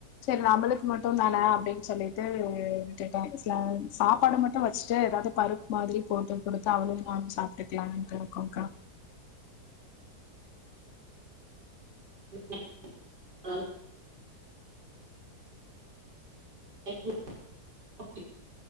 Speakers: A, on the left (about 55°); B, on the right (about 85°).
A: சேரி நம்ளுக்கு மட்டுந்தான அப்டின் சொல்லிட்டு விட்டுட்ட வஸ்லானு சாப்பாடு மட் டு வச்ட்டு எதாது பருப் மாதிரி போட்டு குடுத்து அவளு நானு சாப்ட்டுக்குலான்ட்டு இருக்கோங்க்கா
B: <inaudible> நானு <inaudible>